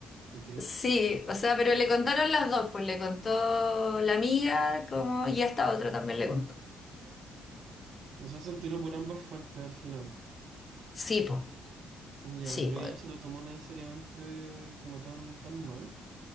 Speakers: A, on the right; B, on the left.
A: Ok.
B: Sí, o sea, pero le contaron las dos, pues le contó la amiga como y esta otra también le contó.
A: O sea, se enteró por ambas fuentes al final.
B: Sí, pues,
A: Ya,
B: sí,
A: pero ella
B: pues,
A: no se lo tomó necesariamente como tan, tan mal.